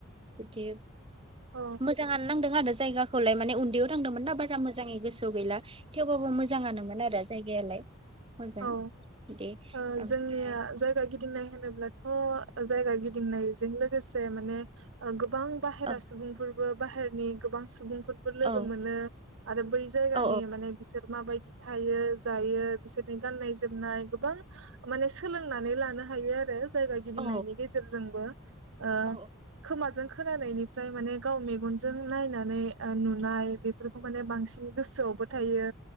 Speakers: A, on the right; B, on the right.
A: बिदि।
B: औ
A: मोजाङानो नांदों आरो। जायगाखौलाय माने उन्दैयाव थांदोंमोन दा बारा मोजाङै गोसोआव गैला थेवबाबो मोजाङानोमोन आरो जायगायालाय। मोजां
B: औ
A: बिदि
B: ओ
A: ओमफ्राय
B: जोंनिया जायगा गिदिंनाय। होनोब्लाथ' जायगा गिदिंनायजों लोगोसे माने गो बां बाहेरा
A: औ
B: सुबुंफोर। बो बाहेरनि गोबां सुबुं फोरबो लोगो
A: औ
B: मोनो आरो बै जायगानि
A: औ
B: माने बिसोर माबाय दि थायो जायो बिसोर गाननाय जोमनाय गोबां माने सोलोंनानै लानो हायो आरो जायगा गिदिंनायनि
A: औ
B: गेजेरजोंबो ओ
A: औ
B: खोमाजों खो खोनानायनिफ्राय माने गाव मेगनजों नायनानै ओ नुनाय बेफोरखौ माने बांसिन गोसोआवबो थायो